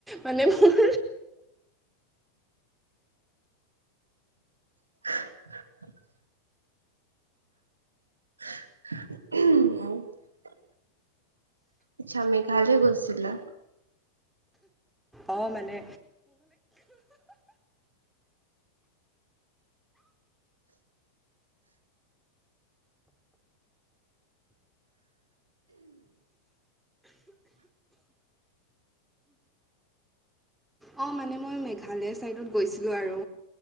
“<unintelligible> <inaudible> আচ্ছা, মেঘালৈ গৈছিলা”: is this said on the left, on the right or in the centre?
Right